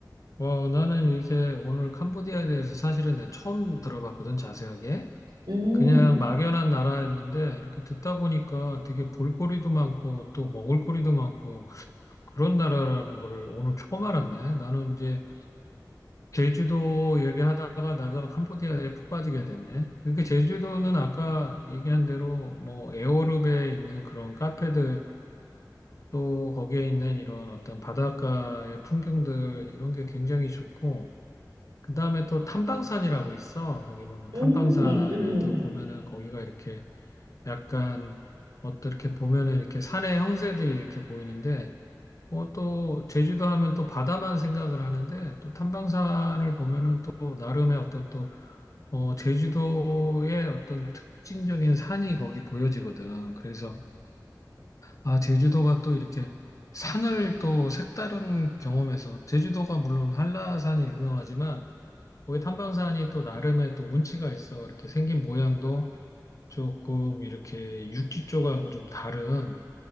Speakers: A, on the left (about 45°); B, on the right (about 80°).
A: 와, 나는 이렇게 오늘 캄보디아에 대해서 사실은 내 처음 들어봤거든, 자세하게.
B: 음,
A: 그냥 막연한 나라였는데 이렇게 듣다 보니까 되게 볼거리도 많고 또 먹을거리도 많고 그런 나라라는 거를 오늘 처음 알았네. 나는 이제 제주도 얘기하다가 나가 캄보디아에 푹 빠지게 됐네. 이렇게 제주도는 아까 얘기한 대로 뭐 에어룹에 있는 그런 카페들 또 거기에 있는 이런 어떤 바닷가의 풍경들 이런 게 굉장히 좋고 그다음에 또 탐방산이라고 있어. 거기 보면
B: 음,
A: 탐방산에도
B: 음.
A: 보면은 거기가 이렇게 약간 어떻게 보면은 이렇게 산의 형세들이 이렇게 보이는데 어, 또 제주도 하면 또 바다만 생각을 하는데 또 탐방산을 보면은 또 나름의 어떤 또 어, 제주도의 어떤 특징적인 산이 거기 보여지거든. 그래서 아, 제주도가 또 이렇게 산을 또 색다른 경험에서 제주도가 물론 한라산이 유명하지만 거기 탐방산이 또 나름의 또 운치가 있어. 이렇게 생긴 모양도 조금 이렇게 육지 쪽하고 좀 다른